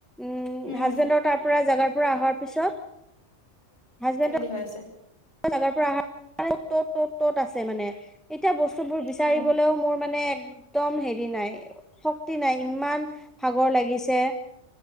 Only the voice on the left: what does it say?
উম
কি হৈ আছে?
অ